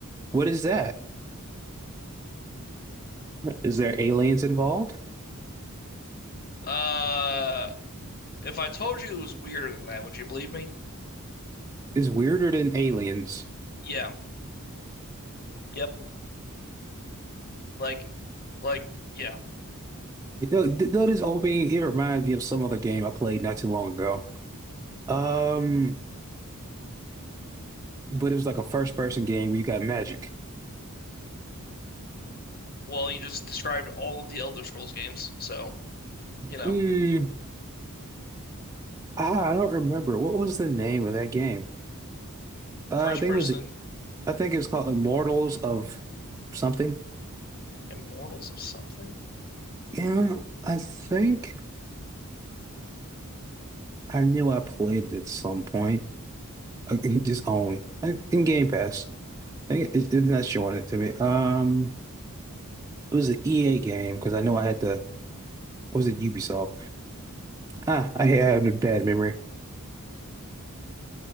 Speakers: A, on the right; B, on the left.
A: What is that? Is there aliens involved?
B: Uh, If I told you it was weirder than that, would you believe me?
A: It's weirder than aliens.
B: Yeah. Yep. Like, like, yeah.
A: Though, though this opening, it reminds me of some other game I played not too long ago. Um, but it was like a first person game where you got magic.
B: Well, you just described all of the Elder Scrolls games, so you know,
A: Mm, ah, I don't remember. What was the name of that game? Uh,
B: first
A: I think
B: person
A: it was I think it was called Immortals of something.
B: Immortals of something?
A: Yeah, I think I knew I played it at some point. I can just on like in Game Pass. I think it- it's not showing it to me. Um, it was an EA game because I know I had to. Was it Ubisoft? Ah, I had a bad memory.